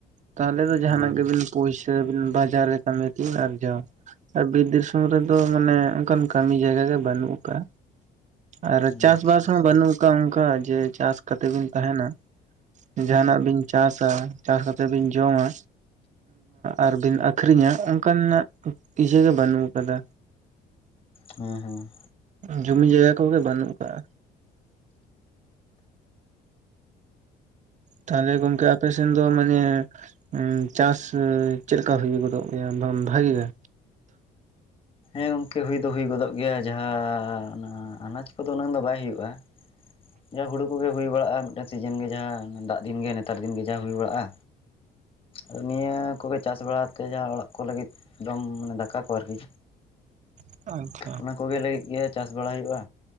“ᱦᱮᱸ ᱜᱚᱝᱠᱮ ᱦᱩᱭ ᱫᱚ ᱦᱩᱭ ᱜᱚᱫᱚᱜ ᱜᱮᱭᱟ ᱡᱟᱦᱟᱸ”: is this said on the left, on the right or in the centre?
Left